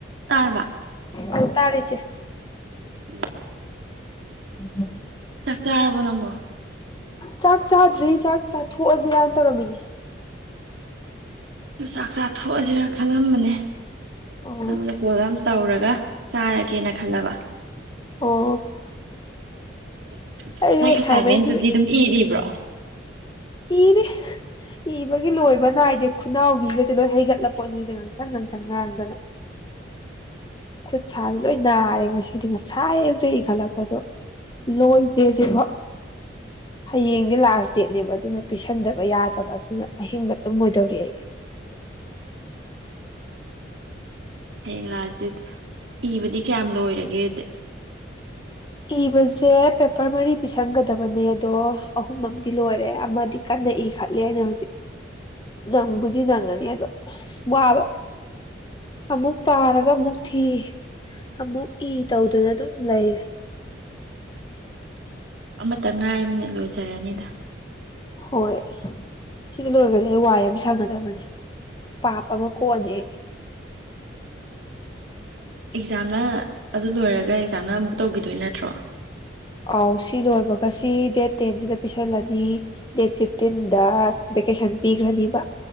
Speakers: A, on the right; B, on the left.
A: ꯇꯥꯔꯕ
B: ꯑꯟ ꯇꯔꯦ ꯆꯦ
A: ꯎꯝ
B: ꯎ
A: ꯆꯥꯛꯇꯥꯥꯔꯕꯣ ꯅꯪꯝꯕꯣ
B: ꯆꯥꯛ ꯆꯥꯗ꯭ꯔꯤ ꯆꯥꯛ ꯆꯥꯊꯣꯛꯑꯁꯤꯔꯅ ꯇꯧꯔꯝꯃꯤꯅꯦ
A: ꯁꯨ ꯆꯥꯛ ꯆꯥ ꯊꯣꯛꯑꯁꯤꯔꯥ ꯈꯜꯂꯝꯕꯅꯦ
B: ꯑꯣ
A: ꯂꯩꯀꯣꯗ ꯑꯃ ꯇꯧꯔꯒ ꯆꯥꯔꯒꯦꯅ ꯈꯜꯂꯕ
B: ꯑꯣ
A: ꯑꯦ <inaudible>
B: ꯑꯩ
A: ꯅꯪ
B: ꯑꯦꯁꯥꯏꯟꯃꯦꯟ
A: ꯑꯦꯁꯥꯏꯟꯃꯦꯟꯗꯨꯗꯤ ꯑꯗꯨꯝ ꯏꯔꯤꯕ꯭ꯔꯣ
B: ꯏꯔꯦ ꯏꯕꯒꯤ ꯂꯣꯏꯕ ꯅꯥꯏꯗꯦ ꯈꯨꯅꯥꯎꯕꯤꯒꯁꯦ ꯂꯣꯏ ꯍꯩꯒꯠꯂꯄꯣꯠꯅꯤꯅ ꯉꯥꯡꯁꯪ ꯉꯥꯡꯁꯪ ꯉꯥꯡꯗꯅ ꯈꯨꯠ ꯁꯥꯁꯤ ꯂꯣꯏ ꯅꯥꯔꯦ ꯉꯁꯤꯗꯤ ꯉꯁꯥꯏ ꯏꯈꯠꯂꯛꯄꯗꯣ ꯏꯈꯠꯂꯛꯄꯗꯣ ꯂꯣꯏꯗ꯭ꯔꯦ ꯁꯤꯕꯣ ꯍꯌꯦꯡꯗꯤ ꯂꯥꯁ ꯗꯦꯠꯅꯦꯕ ꯑꯗꯨꯅ ꯄꯤꯁꯟꯗꯕ ꯌꯥꯗꯕ ꯑꯗꯨꯅ ꯑꯍꯤꯡꯕ ꯇꯨꯝꯃꯣꯏꯗꯧꯔꯤ ꯑꯩ
A: ꯍꯌꯦꯡ ꯂꯥꯛꯑꯁꯤ ꯏꯕꯗꯤ ꯀꯌꯥꯝ ꯂꯣꯏꯔꯒꯦ
B: ꯏꯕꯁꯦ ꯄꯦꯄꯔ ꯃꯔꯤ ꯄꯤꯁꯟꯒꯗꯕꯅꯦ ꯑꯗꯣ ꯑꯍꯨꯝ ꯑꯃꯗꯤ ꯂꯣꯏꯔꯦ ꯑꯃꯗꯤ ꯀꯟꯅ ꯏꯈꯠꯂꯦꯅ ꯍꯧꯖꯤꯛ ꯅꯪꯕꯨꯗꯤ ꯅꯪꯉꯅꯤ ꯑꯗꯣ ꯑꯁ ꯋꯥꯕ ꯑꯃꯨꯛ ꯄꯥꯔꯒ ꯑꯃꯨꯛ ꯊꯤ ꯑꯃꯨꯛ ꯏ ꯇꯧꯗꯅ ꯑꯗꯨꯝ ꯂꯩꯔꯦ
A: ꯑꯃꯇ ꯉꯥꯏꯃꯤꯅ ꯂꯣꯏꯖꯔꯅꯤꯗ
B: ꯍꯣꯏ ꯁꯤꯁꯦ ꯂꯣꯏꯔꯗꯤ ꯑꯩ ꯋꯥꯏ ꯑꯃ ꯁꯪꯉꯥꯗꯕꯅꯦ ꯄꯥꯞ ꯑꯃ ꯀꯣꯟꯅꯦ
A: ꯑꯦꯛꯖꯥꯝꯅ ꯑꯗꯨ ꯂꯣꯏꯔꯒ ꯑꯦꯛꯖꯥꯝꯅ ꯑꯃꯨꯛ ꯇꯧꯈꯤꯗꯣꯏ ꯅꯠꯇ꯭ꯔꯣ
B: ꯑꯥꯎ ꯁꯤ ꯂꯣꯏꯕꯒꯁꯤ ꯗꯦꯠ ꯇꯦꯟꯁꯤꯗ ꯄꯤꯁꯜꯂꯅꯤ ꯗꯦꯠ ꯐꯤꯐꯇꯤꯟꯗ ꯚꯦꯀꯦꯁꯟ ꯄꯤꯈ꯭ꯔꯅꯤꯕ